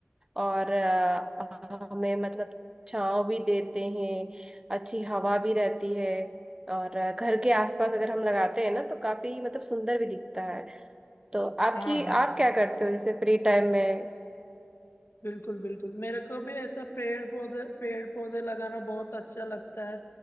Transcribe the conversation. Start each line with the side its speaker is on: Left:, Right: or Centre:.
Right: और अ, हमें मतलब छांव भी देते हैं अच्छी हवा भी रहती है और अ, घर के आसपास अगर हम लगाते हैं ना तो काफी मतलब सुंदर भी दिखता है तो आपकी
Left: हाँ हाँ
Right: आप क्या करते हो जैसे फ्री टाइम में
Left: बिल्कुल बिल्कुल मेरे को भी ऐसा पेड़ पौधे पेड़ पौधे लगाना बहुत अच्छा लगता है